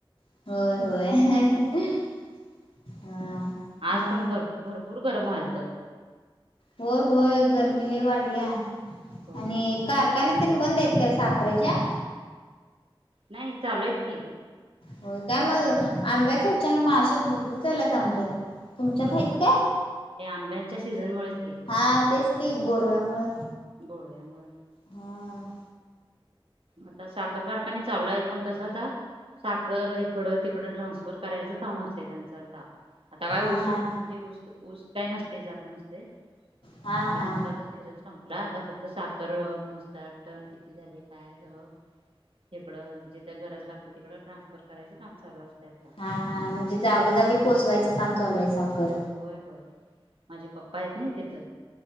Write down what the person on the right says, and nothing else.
हम्म.
आज
पण घर भरपूर गरम व्हालत.
होय
ते
नाही चालूयत की.
होय
होय
ते आंब्यांच्या सीझनमुळेच की
गोड व्या मुळ.
आता साखर कारखाने चालू आहेत पण कसा आता साखर इकडं तिकडं ट्रान्सफर करायचं काम असतते त्यांचं आता. आता काय
ऊस
म्हणजे ऊस ऊस काही नसते जात नसते
कारण
ऊसात. सीझन संपला आता फक्त साखर मोजतात टण किती झाले काय सगळ. तिकडं जिथे गरज लागते तिकडं ट्रान्सफर करायचं काम चालू असते आता.
होय होय माझे पप्पा आहेत ना तिथ.